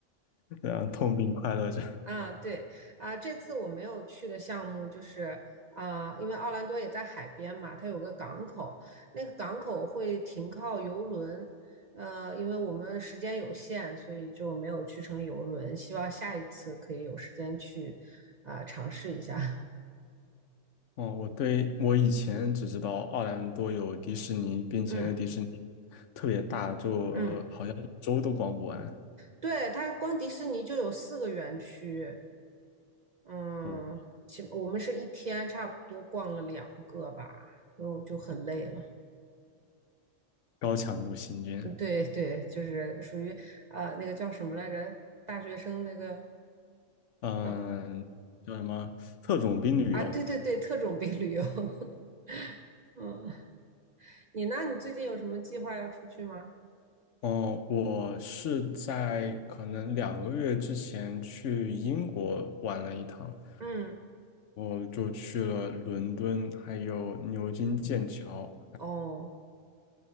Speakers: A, on the left (about 70°); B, on the right (about 50°).
A: 对啊，痛并快乐着。
B: 啊，对啊，这次我没有去的项目就是啊，因为奥兰多也在海边嘛，它有个港口，那个港口会停靠游轮，呃，因为我们时间有限，所以就没有去成游轮，希望下一次可以有时间去啊，尝试一下。<laughs>
A: 哦，我对我以前只知道奥兰多有迪士尼，并且迪士尼
B: 嗯
A: 特别大，就呃好像一周都逛不完。
B: 嗯，对，它光迪士尼就有四个园区，嗯，
A: 哦，
B: 起我们是一天差不多逛了两个吧，所以我就很累了。
A: 高强度行军，
B: 对对，就是属于啊、呃那个叫什么来着？大学生那个
A: 嗯，
B: 啊
A: 叫什么特种兵旅游？
B: 啊，对对对，特种兵旅游。<laughs> 嗯，你那你最近有什么计划要出去吗？
A: 哦，我是在可能两个月之前去英国玩了一趟，
B: 嗯，
A: 我就去了伦敦，还有牛津、剑桥，
B: 哦